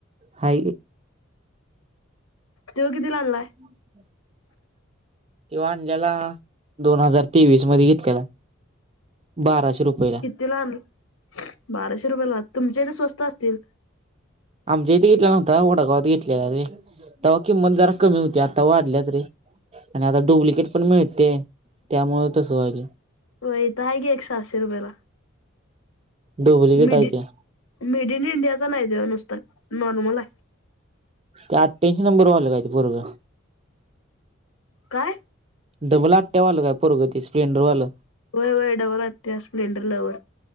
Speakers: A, on the right; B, on the left.
A: हा
B: तेव किती ला आणलाय
A: ह किव्हा अज्याला दोन हजार तेवीस मध्ये घेतलेला बाराशे रुपयला
B: कितीला आणल बाराशे रुपयेला तुमच्या इथे स्वस्त असतील.
A: आमच्या इथे घेतला नव्हता वडागावात घेतलेला रे तेव्हा किंमत जरा कमी होती आता वाढल्यात रे. आणि आता डुप्लिकेट पण मिळते त्यामुळे तसं व्हायलय.
B: होय आहेे की एक पाचशे रुपयाला.
A: डुप्लिकेट
B: मिडी
A: आहे ते.
B: मेड इन इंडियाचा नाही देव नुसतं नॉर्मल आहे.
A: ते अठ्ठ्यांशी नंबर वालं काय ते पोरगं.
B: काय.
A: डबल आट्या वालं काय ते पोरगं स्प्लेंडरवाल.
B: वय वय डबल आठ्या स्प्लेंडर लवर.